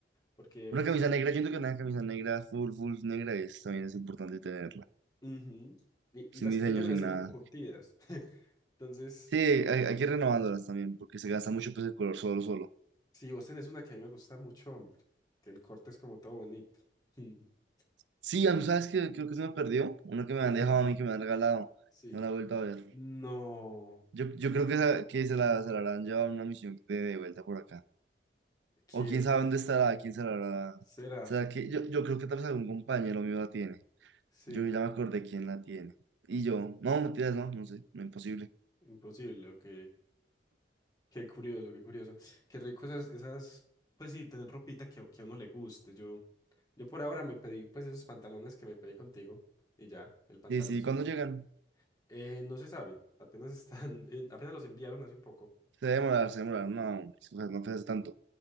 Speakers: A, on the left; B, on the right.
A: Porque,
B: Una
A: pues,
B: camisa negra, yo siento que una camisa negra, full, full negra es, también es importante tenerla.
A: ujú. Y,
B: Sin
A: y las
B: diseño,
A: que yo tengo
B: sin
A: ya están
B: nada.
A: como curtidas. <laughs> Entonces,
B: Sí, hay, hay que ir renovándolas también, porque se gasta mucho pues el color solo, solo.
A: si vos tenés una que a mí me gusta mucho, hombre, que el corte es como todo bonito. <laughs>
B: Sí, a mí, ¿sabes qué? Creo que se me perdió. Una que me han
A: No,
B: dejado a mí, que me han regalado.
A: sí.
B: No la he vuelto a ver.
A: No.
B: Yo, yo creo que, esa- que se la, se la habrán llevado a una misión de, de vuelta por acá.
A: ¿Quién?
B: O quién sabe dónde estará, quién se la habrá...
A: ¿Será?
B: ¿Será que yo, yo creo que tal vez algún compañero mío la tiene.
A: Sí.
B: Yo ya me acordé quién la tiene. Y yo, no, mentiras, no, no sé, no, imposible.
A: Imposible, ok. Qué curioso, qué curioso. Qué rico esas, esas, pues sí, tener ropita que, a que a uno le guste. Yo, yo por ahora me pedí, pues esos pantalones que me pedí contigo y ya, el pantaloncito.
B: Sí, sí, ¿cuándo llegan?
A: Eh, no se sabe, apenas <laughs> están, eh, apenas los enviaron hace un poco.
B: Se debe demorar, se debe demorar, no, o sea, no fue hace tanto,